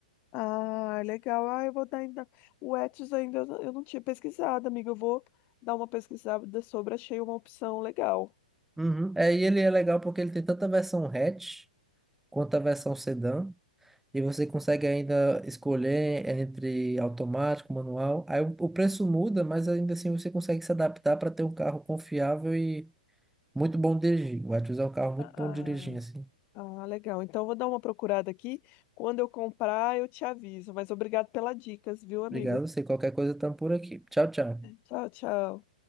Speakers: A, on the left; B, in the centre.
A: Ah, legal. Ah, eu vou dar ainda. O Etsy ainda eu não eu não tinha pesquisado, amiga. Eu vou dar uma pesquisada sobre, achei uma opção legal.
B: Uhum. É, e ele é legal porque ele tem tanto a versão hatch quanto a versão sedã. E você consegue ainda escolher entre automático, manual. Aí o, o preço muda, mas ainda assim você consegue se adaptar para ter um carro confiável e muito bom de dirigir. O Etios é um carro muito
A: Ah,
B: bom de dirigir, assim.
A: ah, legal. Então eu vou dar uma procurada aqui. Quando eu comprar, eu te aviso. Mas obrigado pelas dicas, viu, amigo?
B: Obrigado a você. Qualquer coisa, estamos por aqui. Tchau, tchau.
A: Tchau, tchau.